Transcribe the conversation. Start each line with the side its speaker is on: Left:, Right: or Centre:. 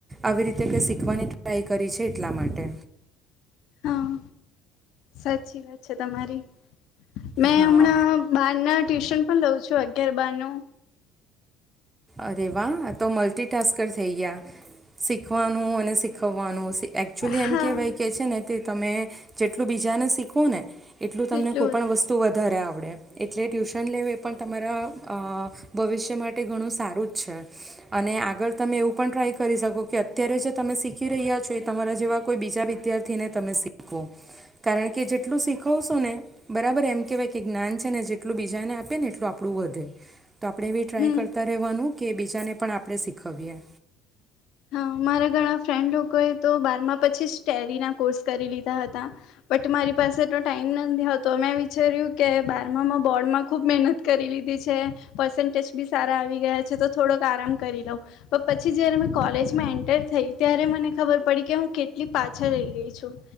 Right: આવી રીતે શીખવાની ટ્રાય કરી છે એટલા માટે
Left: હા. સાચી વાત છે તમારી મેં
Right: હા
Left: હમણાં બાર ના ટ્યુશન પણ લઉં છું અગયાર બાર નું
Right: અરેે વા તો મલ્ટિટાસ્કર થઈ ગયા. શીખવાનું અને શીખવવાનું, એકચુલી
Left: હા
Right: એમ કહેવાય કે છે ને તે તમે જેટલું બીજાને શીખવો ને, એટલું
Left: તેટલું
Right: તમને કોઈપણ વસ્તુ વધારે આવડે. એટલે ટ્યુશન લેવ એ પણ તમારા ભવિષ્ય માટે ઘણું સારુ સારું જ છે, અને આગળ તમે એવું પણ ટ્રાય કરી શકો કે, અત્યારે જે તમે શીખી રહ્યા છો એ તમારા જેવા કોઈ બીજા વિદ્યાર્થીને તમે શીખવો, કારણ કે જેટલું શીખવશો ને બરાબર એમ કહેવાય કે જ્ઞાન છે ને જેટલું બીજાને આપે ને એટલું આપણું વધે. તો આપણે બી ટ્રાય
Left: હમ.
Right: કરતા રહેવાનું કે, બીજાને પણ આપ આપણે સીખવીયે
Left: હા મારા ઘણા ફ્રેન્ડ લોકોએ તો બારમા પછી જ ટેરીના કોર્સ કરી લીધા હતા. બટ મારી પાસે એટલો ટાઈમ નથી તો મેં વિચાર્યું કે બારમા મે બોર્ડમાં ખૂબ મહેનત કરી લીધી છે. પર્સન્ટેજ બી સારા આવી ગયા છે. તો થોડોક આરામ કરી લઉં, પણ પછી જય્યારે મેં કોલેજમાં એન્ટર થઈ ત્યારે, મને ખબર પડી કે હું કેટલી પાછળ રહી ગઈ છું.